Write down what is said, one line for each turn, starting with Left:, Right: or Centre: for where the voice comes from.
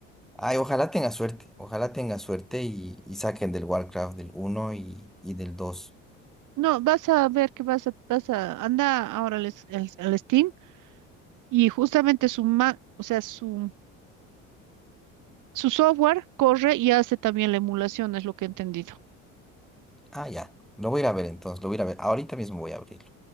Centre: Ay, ojalá tenga suerte, ojalá tenga suerte y, y saquen del Warcraft del uno y, y del dos.
Right: No, vas a ver que vas a, vas a, anda ahora al, es- al- al Steam y justamente su ma- o sea, su, su software corre y hace también la emulación, es lo que he entendido.
Centre: Ah, ya, lo voy a ir a ver entonces, lo voy a ir a ver. Ahorita mismo voy a abrirlo.